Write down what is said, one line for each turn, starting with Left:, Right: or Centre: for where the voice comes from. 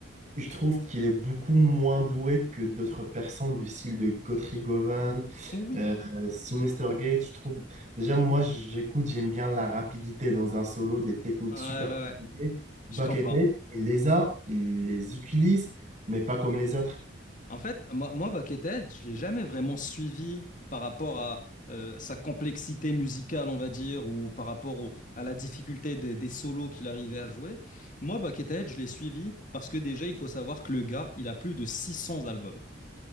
Right: Je trouve qu'il est beaucoup moins doué que d'autres personnes du style de Guthrie Govan,
Left: Oui.
Right: euh, Sinister Gates. Je trouve, déjà, moi, j'écoute, j'aime bien la rapidité dans un solo, des techniques
Left: Ouais,
Right: super
Left: ouais, ouais.
Right: compliquées. Buckethead,
Left: Je comprends.
Right: il les a, il les utilise, mais pas comme les autres.
Left: En fait, moi, moi Buckethead, je l'ai jamais vraiment suivi par rapport à euh, sa complexité musicale, on va dire, ou par rapport au- à la difficulté des, des solos qu'il arrivait à jouer. Moi, Buckethead, je l'ai suivi parce que déjà, il faut savoir que le gars, il a plus de 600 albums.